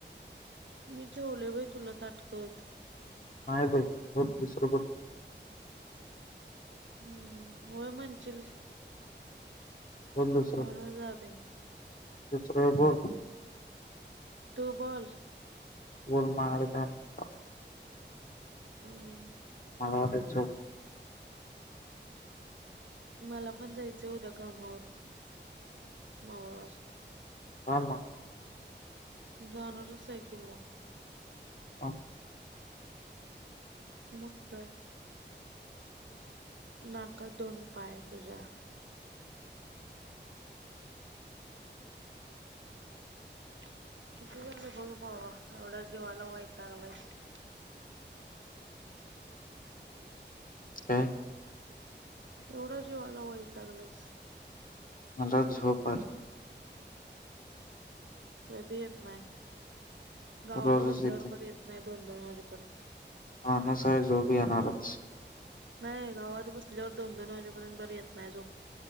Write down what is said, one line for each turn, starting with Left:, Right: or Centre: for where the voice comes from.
Right: मी तेेवलोय होय तुला ताटकळत?
Left: नाही बाई बोल सुरू कर,
Right: हम्म होय म्हणशील. <unintelligible>
Left: बोल दुसरं <unintelligible>
Right: तु‌ बोल!
Left: <unintelligible>
Right: हम्म.
Left: <inaudible>
Right: मला पण जायचंय उद्या कामावर मावल असतयं.
Left: जा मगं.
Right: जाणारच आहे की मगं,
Left: हा.
Right: मगं काय. नाका दोन पाय तुझा, <inaudible> <unintelligible>
Left: काय?
Right: एवढा जीवाला वयतगलास?
Left: मला झोप आली.
Right: कधी येत नाही? गावाला
Left: रोजच
Right: बसल्याबरोबर
Left: येते
Right: येत नाही. दोन दोन वाजेपर्यंत,
Left: माणूस आहे झोप येणाराच.
Right: नाही गावात बसल्यावर दोन दोन वाजेपर्यंत बर येत नाही झोप?